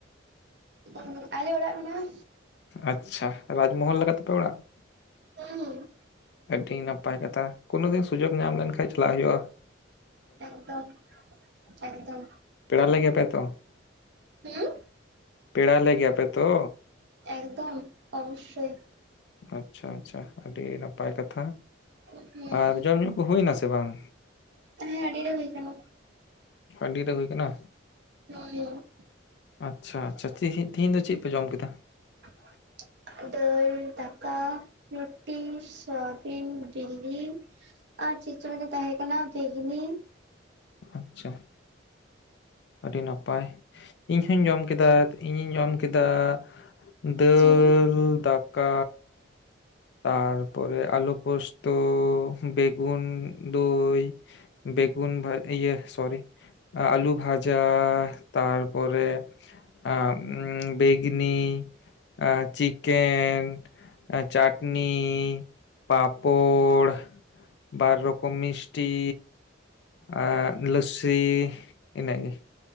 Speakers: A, on the right; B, on the left.
A: ᱦᱚᱸ ᱟᱞᱮ ᱚᱲᱟᱜ ᱢᱮᱱᱟᱜᱼᱟ
B: ᱟᱪᱪᱷᱟ ᱨᱟᱡᱽᱢᱚᱦᱚᱞ ᱞᱮᱠᱟ ᱛᱟᱯᱮ ᱚᱲᱟᱜ ᱾
A: ᱦᱩᱸ
B: ᱟᱹᱰᱤ ᱱᱟᱯᱟᱭ ᱠᱟᱛᱷᱟ, ᱠᱳᱱᱳ ᱫᱤᱱ ᱥᱩᱡᱳᱜ ᱧᱟᱢ ᱞᱮᱱᱠᱷᱟᱱ‌ ᱪᱟᱞᱟᱣ ᱦᱩᱭᱩᱜᱼᱟ ᱾
A: ᱮᱠᱫᱚᱢ ᱮᱠᱫᱚᱢ
B: ᱯᱮᱲᱟ ᱞᱮᱜᱮᱭᱟ ᱯᱮ ᱛᱚ ᱾
A: ᱦᱩᱸ
B: ᱯᱮᱲᱟ ᱞᱮ ᱜᱮᱭᱟᱯᱮ ᱛᱚ
A: ᱮᱠᱫᱚᱢ ᱚᱵᱚᱥᱥᱚᱭ
B: ᱟᱪᱪᱷᱟ ᱟᱪᱪᱷᱟ ᱟᱹᱰᱤ ᱱᱟᱯᱟᱭ ᱠᱟᱛᱷᱟ
A: ᱦᱩᱸ
B: ᱟᱨ ᱡᱚᱢ ᱧᱩ ᱠᱚ ᱦᱩᱭᱱᱟ ᱥᱮ ᱵᱟᱝ?
A: ᱦᱮᱸ ᱟᱹᱰᱤ ᱨᱮ ᱦᱩᱭ ᱟᱠᱟᱱᱟ᱾
B: ᱟᱸᱰᱤ ᱨᱮ ᱦᱩᱭ ᱠᱟᱱᱟᱹ
A: ᱦᱳᱭ ᱦᱳᱭ
B: ᱟᱪᱪᱷᱟ ᱟᱪᱪᱷᱟ ᱛᱤᱦᱤ ᱛᱤᱦᱤᱧ ᱫᱚ ᱪᱮᱫ ᱯᱮ ᱡᱚᱢ ᱠᱮᱫᱟ?
A: <inaudible> ᱫᱟᱹᱞ ᱫᱟᱠᱟ ᱨᱩᱴᱤ ᱥᱳᱭᱟᱵᱤᱱ ᱵᱤᱞᱤ ᱟᱨ ᱪᱮᱫ ᱪᱚᱝ ᱛᱟᱦᱮᱠᱟᱱᱟ ᱠᱟᱱᱟ ᱵᱮᱜᱱᱤ
B: ᱟᱪᱪᱷᱟ ᱟᱹᱰᱤ ᱱᱟᱯᱟᱭ ᱤᱧ ᱦᱚᱧ ᱡᱚᱢ ᱠᱮᱫᱟ ᱤᱧᱤᱧ ᱡᱚᱢ ᱠᱮᱫᱟᱸ ᱫᱟᱹᱞ
A: ᱪᱮᱫ
B: ᱫᱟᱠᱟ ᱛᱟᱨᱯᱚᱨᱮ ᱟᱞᱩ ᱯᱳᱥᱛᱚ ᱵᱮᱜᱩᱱ ᱫᱟᱹᱭ ᱵᱮᱜᱩᱱ ᱵᱷᱟ ᱤᱭᱟᱹ ᱥᱚᱨᱤ ᱟᱞᱩ ᱵᱷᱟᱡᱟ ᱛᱟᱨᱯᱚᱨᱮ ᱟᱸᱜ ᱵᱮᱜᱽᱱᱤ ᱮᱸ ᱪᱤᱠᱮᱱ ᱮᱸ ᱪᱟᱴᱱᱤ ᱯᱟᱯᱚᱲ ᱵᱟᱨ ᱨᱚᱠᱚᱢ ᱢᱤᱥᱴᱤ ᱟᱨ ᱞᱩᱥᱥᱤ ᱤᱱᱟᱹᱜ ᱜᱮ